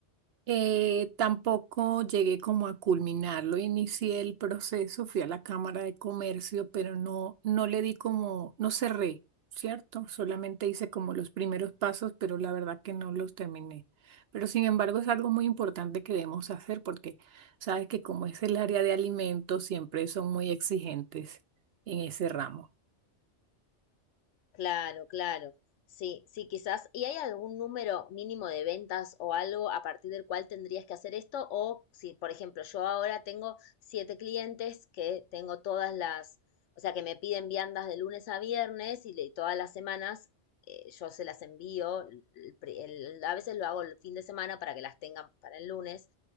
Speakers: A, on the right; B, on the left.
A: Eh, tampoco llegué como a culminarlo, inicié el proceso, fui a la Cámara de Comercio, pero no, no le di como, no cerré, ¿cierto? Solamente hice como los primeros pasos, pero la verdad que no los terminé. Pero sin embargo es algo muy importante que debemos hacer porque sabes que como es el área de alimentos, siempre son muy exigentes en ese ramo.
B: Claro, claro. Sí, sí, quizás. ¿Y hay algún número mínimo de ventas o algo a partir del cual tendrías que hacer esto? O si, por ejemplo, yo ahora tengo siete clientes que tengo todas las, o sea, que me piden viandas de lunes a viernes y le- todas las semanas eh, yo se las envío. el pri- el- a veces lo hago el fin de semana para que las tengan para el lunes.